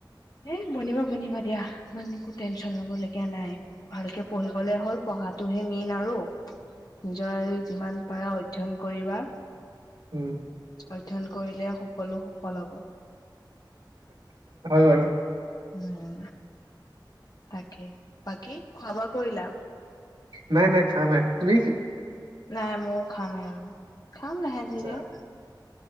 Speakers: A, on the left; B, on the right.
A: এ বনিবা বনিবা দিয়া ইমান একো টেনচন লব লগীয়া নাই। ভালকে পঢ়ি গলে হ'ল পঢ়াটোহে মেইন আৰু নিজৰ যিমান পৰা অধ্যয়ন কৰিবা
B: উম
A: অধ্যয়ন কৰিলে সকলো সফল হব।
B: হয় বাৰু।
A: উম। তাকে বাকী খোৱা বোৱা কৰিলা?
B: নাই নাই খাম হে। তুমি?
A: নাই মোৰ খামে খাম লাহে
B: আচ্ছা,
A: ধীৰে।